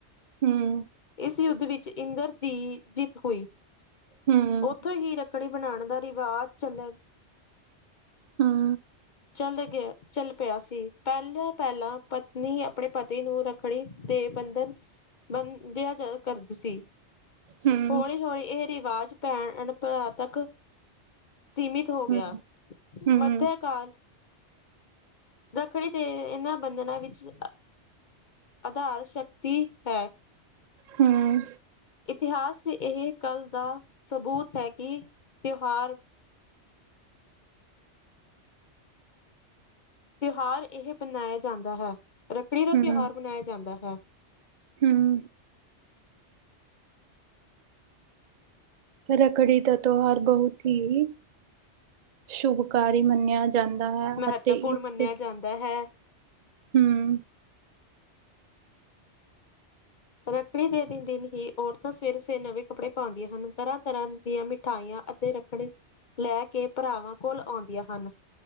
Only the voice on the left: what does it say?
ਇਸ ਯੁੱਧ ਵਿੱਚ ਇੰਦਰ ਦੀ ਜਿੱਤ ਹੋਈ
ਉੱਥੋਂ ਹੀ ਰੱਖ ੱਕੜੀ ਬਣਾਉਣ ਦਾ ਰਿਵਾਜ਼ ਚੱਲਿਆ
ਚੱਲ ਗਿਆ ਚੱਲ ਪਿਆ ਸੀ, ਪਹਿਲਾਂ ਪਹਿਲਾਂ ਪਤਨੀ ਆਪਣੇ ਪਤੀ ਨੂੰ ਰੱਖੜੀ ਦੇ ਬੰਧਨ ਬੰ ਦਿਆ ਜਾ ਕਰਦੀ ਸੀ
ਹੋੌਲੀ ਹੌਲੀ ਇਹ ਆਵਾਜ਼ ਪੈਣ ਪਰਾ ਤੱਕ ਸੀਮਿਤ ਹੋ ਗਿਆ,
ਮੱਧਿਆ
ਕਾਲ ਰੱਖੜੀ ਤੇ ਇਹਨਾਂ ਬੰਧਨਾਂ ਵਿੱਚ ਆਧਾਰ ਸ਼ਕਤੀ ਹੈ
ਇਤਿਹਾਸ ਇਹ ਕੱਲ ਦਾ ਸਬੂਤ ਹੈ ਕਿ ਤਿਉਹਾਰ ਤਿਉਹਾਰ ਇਹ ਮਨਾਇਆ ਜਾਂਦਾ ਹੈ ਰੱਖੜੀ ਦਾ
ਤਿਉਹਾਰ ਮਨਾਇਆ ਜਾਂਦਾ ਹਾਂ
ਮਹੱਤਵਪੂਰਨ
ਮੰਨਿਆ ਜਾਂਦਾ ਹੈ।
ਰੱਖੜੀ ਦੇ ਦਿ ਦਿਨ ਹੀ ਔਰਤਾਂ ਸਵੇਰ ਸਵੇ ਨਵੇਂ ਕੱਪੜੇ ਪਾਉਂਦੀਆਂ ਹਨ ਤਰ੍ਹਾਂ ਤਰ੍ਹਾਂ ਦੀਆਂ ਮਿਠਾਈਆਂ ਅਤੇ ਰੱਖੜੀ ਲੈ ਕੇ ਭਰਾਵਾਂ ਕੋਲ ਆਉਂਦੀਆਂ ਹਨ